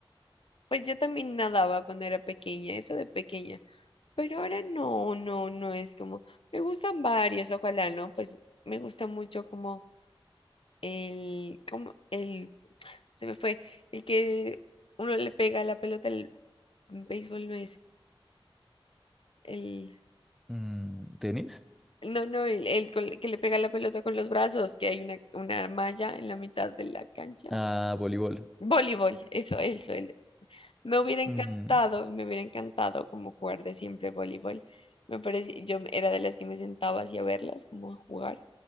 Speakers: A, on the left; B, in the centre.
A: pues yo también nadaba cuando era pequeña, eso de pequeña, pero ahora no, no, no es como, me gustan varios, ojalá, ¿no? Pues me gusta mucho como el, como el, se me fue, el que uno le pega la pelota al béisbol no es el,
B: Mm, ¿tenis?
A: no, no, el, el col- que le pega la pelota con los brazos, que hay una, una malla en la mitad de la cancha.
B: Ah, voleibol.
A: Voleibol, eso, eso, el- Me hubiera encantado,
B: Ujú.
A: me hubiera encantado como jugar de siempre voleibol. Me parece, yo era de las que me sentaba así a verlas, como a jugar,